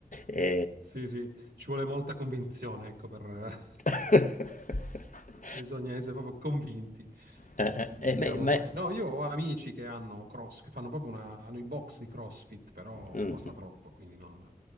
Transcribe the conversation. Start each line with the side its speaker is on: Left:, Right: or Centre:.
Left: E...
Right: sì, sì, ci vuole molta convinzione, ecco, per... <laughs>
Left: <laughs>
Right: bisogna essere proprio convinti,
Left: Eh,
Right: diciamo.
Left: eh, ma, ma-
Right: eh, no, io ho amici che hanno cross, che fanno proprio una... hanno i box di CrossFit, però
Left: mm,
Right: costa troppo, quindi non,